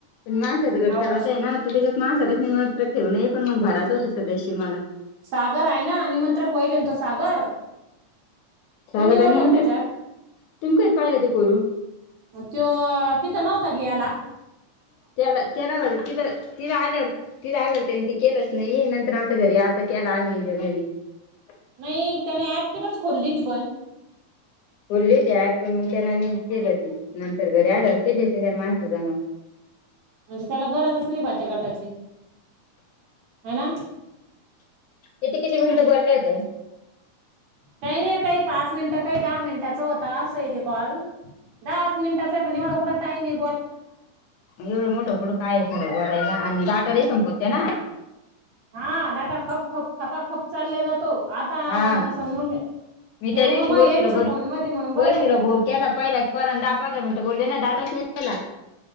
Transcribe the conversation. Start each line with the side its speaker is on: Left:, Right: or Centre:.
Left: पण माणसाचा गट
Right: हाव
Left: करत
Right: का
Left: आहे ना तं त्यज्यात. <inaudible> निमंत्रक ठेऊ नये पण मग भरायचं होतं सदस्य मला
Right: सागर आहे ना निमंत्रक होईल न तो सागर?
Left: सागरला
Right: तो निवरोलोक
Left: निमंत्रक
Right: त्याच्यात.
Left: तुम्ही कधी पाहिलं ते खोलून
Right: त्यो तिथं नव्ह कधी आला?
Left: केला केला होत तिथं तिथं आल्यावर तिथं आल्यावर त्यनं ते केलं नाही नंतर आता घरी आता केला आम्ही <unintelligible>
Right: नाही त्याने ऍप तटच खोलली ती पण
Left: बोलली ती ॲप पण मग ते आणि नाही केलंती नंतर घरी आल्यावर केली असतीन माणसं जमउन
Right: म्हणजे त्याला गरजच नाही बाट्या गटाची. हय ना?
Left: <unintelligible> किती मिनिटं बोलल्या हुत्या?
Right: काही नाही काही पाच मिनट काही दहा मिनिटाचा होता असं हाय तो कॉल दहाच मिनिटाचा हाय पण एवढा कुठं टाइम हाय.
Left: एवढ मोठं कुठं काय खरं बोलायला आणि दाटा लई संपूतेना.
Right: हा दाटा खप खप खपा खप चालला जातो. आता
Left: हा
Right: <unintelligible>
Left: मी
Right: येऊ
Left: त्या दिवशी
Right: ग मग
Left: वैशुला
Right: यांच्या
Left: बर
Right: फोन मध्ये म्हणून बरं
Left: वैशूला
Right: आहे
Left: केला पहिला कॉल दहा पंधरा मिनटं बोलले ना दाटच नाही राहिला.